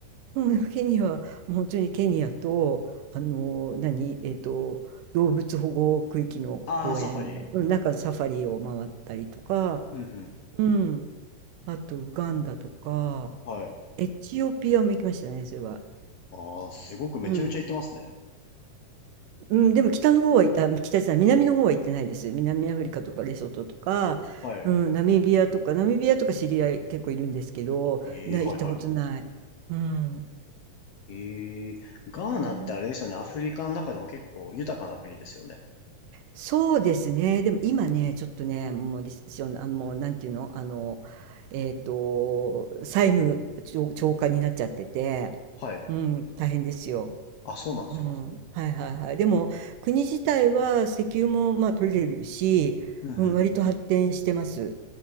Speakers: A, on the right; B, on the left.
A: うん、ケニアは、もう本当にケニアと、あの、何、えっと、動物保護区域の公園の、
B: ああー、サファリ。
A: うん、なんかサファリを回ったりとか、
B: うんうん。
A: うん、あとウガンダとか、
B: はい。
A: エチオピアも行きましたね、それは。
B: ああ、すごくめちゃめちゃ行ってますね。
A: うんうん、でも北の方は行った、北じゃない、南の方は行ってないです。南アフリカとかレソトとか、
B: はい。
A: うん、ナミビアとか、ナミビアとか知り合い結構いるんですけど、
B: ええ、
A: な、
B: はいはいはい。
A: 行ったことない。うん。
B: ええ、ガーナってあれですよね。
A: えー
B: アフリカの中でも結構豊かな国ですよね。
A: そうですね。でも今ね、ちょっとね、もうリセッション、あの、もうなんていうの、あの、えっと、債務超超過になっちゃってて、
B: はい。
A: うん、大変ですよ。
B: あ、そうなんですか。
A: うん、はいはいはい。でも、国自体は石油もまあ取れるし、
B: うんうんうん
A: うん、割と発展してます。